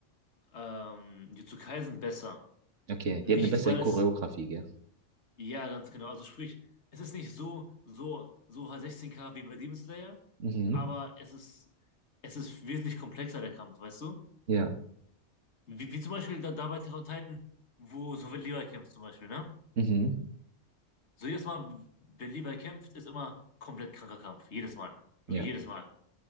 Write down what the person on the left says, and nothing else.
ähm, Jujutsu Kaisen besser.
Nicht,
weil
es,
ja, ganz genau, also sprich, es ist nicht so, so, so 16K wie bei Demon Slayer,
aber es ist, es ist wesentlich komplexer, der Kampf, weißt du?
Wie, wie zum Beispiel da, da bei Attack on Titan, wo so wenn Levi kämpft zum Beispiel, ne?
So jedes Mal, wenn Levi kämpft, ist immer komplett kranker Kampf. Jedes Mal.
Wirklich jedes Mal.